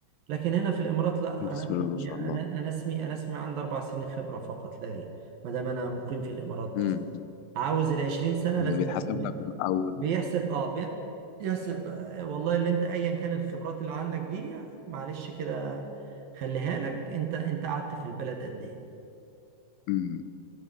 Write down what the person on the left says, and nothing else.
بسم
الله
ما شاء
الله
امم
أمم.
بيتحسب
لك من أول
اه